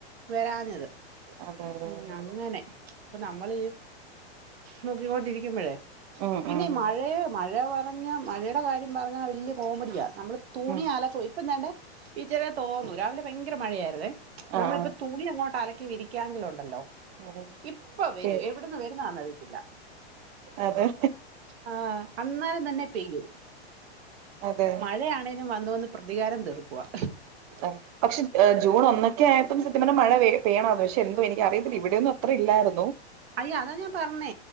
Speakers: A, on the right; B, on the right.
A: വരാഞ്ഞത്
B: അതെ അതെ
A: ഉം
B: അതെ
A: അങ്ങനെ ഇപ്പൊ നമ്മളീ നോക്കിക്കോണ്ടിരിക്കുമ്പഴേ
B: ഉം
A: പിന്നെ
B: ഉം
A: ഈ
B: മനസ്സിലായി
A: മഴയ മഴ പറഞ്ഞ മഴേടെ കാര്യം പറഞ്ഞ വല്യ കോമഡിയ നമ്മള് തുണി
B: ഉം
A: അലക്കുവാ ഇപ്പ ദാണ്ടേ ഇച്ചിരിതോർന്നു രാവിലെ ഭയ ഭയ്ങ്കര മഴയാര്ന്നെ
B: ആ
A: നമ്മളിപ്പൊ
B: ആ
A: തുണി അങ്ങോട്ട് അലക്കി വിരി കാങ്കിലുണ്ടല്ലോ ഉണ്ടല്ലോ
B: അതെ
A: ഇപ്പൊ വരും
B: പി
A: എവിടുന്ന് വരുന്നാന്നറിയത്തില്ല
B: അതെ അതെ
A: ആ അന്നാരം തന്നെ പെയ്യും
B: അതെ
A: മഴയാണേലും വന്നുവന്ന് പ്രതികാരം തീർക്കുവാ
B: അ പക്ഷേ ജൂൺ ഒന്നൊക്കെയായ്ട്ടും സത്യം പറഞ്ഞ മഴ പേയ്യണാർന്നു പക്ഷെ എന്തോ എനിക്കറിയത്തില്ല ഇവിടെയന്നുംഅത്ര ഇല്ലായിരുന്നു
A: അയ്യ അതാ ഞാൻ പർഞ്ഞേ